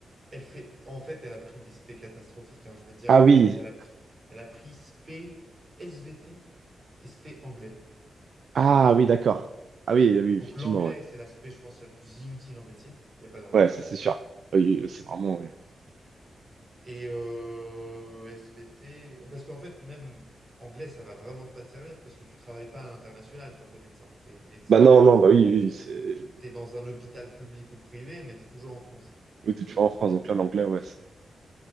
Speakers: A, on the right; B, on the right.
A: elle fait, en fait, elle a pris des spé catastrophiques, hein, je vais te dire,
B: Ah oui.
A: elle, elle a pris, elle a pris spé SVT et spé anglais.
B: Ah oui, d'accord. Ah oui, oui, effectivement,
A: Donc l'anglais,
B: ouais.
A: c'est l'aspect, je pense, la plus inutile en médecine. Il n'y a pas d'anglais.
B: Ouais, ça c'est sûr. Ah Oui, c'est vraiment, ouais.
A: Et euh, SVT, parce qu'en fait, même anglais, ça va vraiment pas te servir parce que tu travailles pas à l'international quand tu es médecin. Tu es médecin
B: Bah non,
A: en France.
B: non, bah oui, oui, c'est...
A: Tu es dans un hôpital public ou privé, mais tu es toujours en France.
B: Oui, t'es toujours en France, donc là, l'anglais, ouais, c'est...